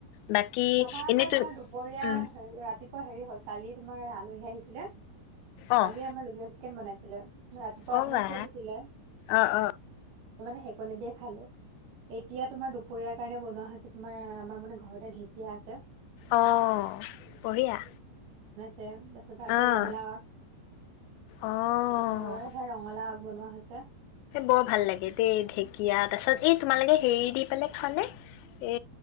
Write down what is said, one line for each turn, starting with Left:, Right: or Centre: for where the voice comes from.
Left: বাকী
Right: <unintelligible> আকৌ
Left: এনেই
Right: তোমাৰ
Left: তুম
Right: দুপৰীয়া,
Left: উম,
Right: হেৰি ৰাতিপ পোৱা হেৰি হ'ল, কালি তোমাৰ আলহী আহিছিলে
Left: অ',
Right: কালি আমাৰ <unintelligible> চিকেন বনাইছ ছিলে ৰাতিপুৱা
Left: অ',
Right: অকমান
Left: বা
Right: থৈ দিছিলে।
Left: অ', অ',
Right: মানে সেকনি দিয়ে খালো। এতিয়া তোমাৰ দুপৰীয়াৰ কাৰণে বনোৱা হৈছে তোমাৰ, আমাৰ মানে ঘৰতে ঢেকীয়া আছে।
Left: অ, বঢ়িয়া!
Right: তেন, তাছতে আকৌ
Left: অ',
Right: ৰঙালাও আগ,
Left: অ'।
Right: ঘৰৰে সেয়া ৰঙালাও আগ বনোৱা হৈছে।
Left: বৰ ভাল লাগে দেই ঢেকীয়া, তাছত এই তোমালোকে হেৰি দি পেলাই খোৱানে? এ